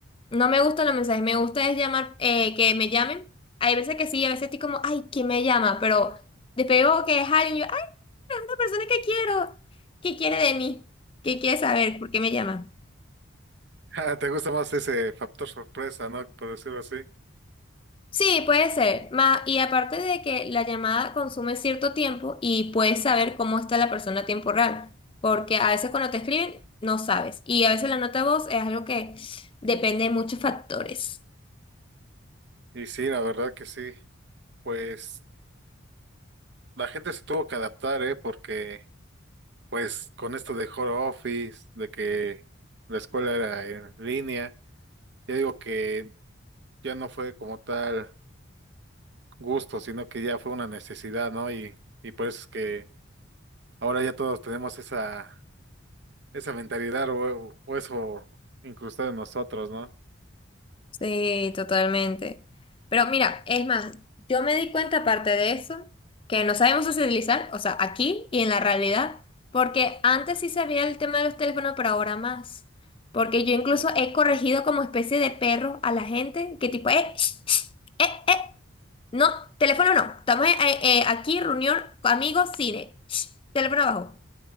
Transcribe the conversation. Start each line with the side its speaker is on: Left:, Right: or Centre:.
Left: No me gustan los mensajes, me gusta es llamar, eh, que me llamen. Hay veces que sí, a veces estoy como, ay, ¿quién me llama? Pero después veo que es alguien, yo, es una persona que quiero. ¿Qué quiere de mí? ¿Qué quiere saber? ¿Por qué me llama?
Right: Ah, te gusta más ese factor sorpresa, ¿no? Por decirlo así.
Left: Sí, puede ser. Ma- y aparte de que la llamada consume cierto tiempo y puedes saber cómo está la persona a tiempo real, porque a veces cuando te escriben no sabes y a veces la nota de voz es algo que depende de muchos factores.
Right: Y sí, la verdad que sí. Pues la gente se tuvo que adaptar, ¿eh? Porque pues con esto de home office, de que la escuela era en línea. Yo digo que ya no fue como tal gusto, sino que ya fue una necesidad, ¿no? Y, y por eso es que ahora ya todos tenemos esa, esa mentalidad o, o eso incrustado en nosotros, ¿no?
Left: Sí, totalmente. Pero mira, es más, yo me di cuenta aparte de eso, que no sabemos socializar, o sea, aquí y en la realidad, porque antes sí sabía el tema de los teléfonos, pero ahora más. Porque yo incluso he corregido como especie de perro a la gente, que tipo, eh, sh, sh, eh, eh, no, teléfono no, estamos eh, eh, aquí, reunión, amigos, cine, sh, teléfono abajo.